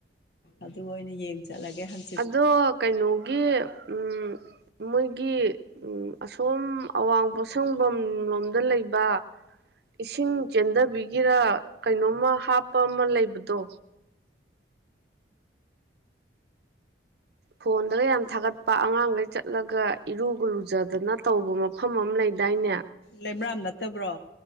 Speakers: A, on the left; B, on the right.
A: ꯑꯗꯨ ꯑꯣꯏꯅ ꯌꯦꯡ ꯆꯠꯂꯒꯦ ꯍꯪ
B: ꯑꯗꯣ ꯀꯩꯅꯣꯒꯤ ꯎꯝ ꯃꯣꯏꯒꯤ ꯎꯝ ꯑꯁꯣꯝ ꯑꯋꯥꯡ ꯄꯣꯁꯪꯕꯝ ꯂꯣꯝꯗ ꯂꯩꯕ ꯏꯁꯤꯡ ꯆꯦꯟꯗꯕꯤꯒꯤꯔꯥ ꯀꯩꯅꯣꯝꯃ ꯍꯥꯞꯄ ꯑꯃ ꯂꯩꯕꯗꯣ ꯐꯣꯟꯗꯒ ꯌꯥꯝ ꯊꯥꯒꯠꯄ ꯑꯉꯥꯡꯒꯩ ꯆꯠꯂꯒ ꯏꯔꯨꯒ ꯂꯨꯖꯗꯅ ꯇꯧꯕ ꯃꯥ ꯐꯝ ꯑꯃ ꯂꯩꯗꯥꯏꯅꯦ
A: ꯂꯩꯃꯔꯥꯝ ꯅꯠꯇꯕ꯭ꯔꯣ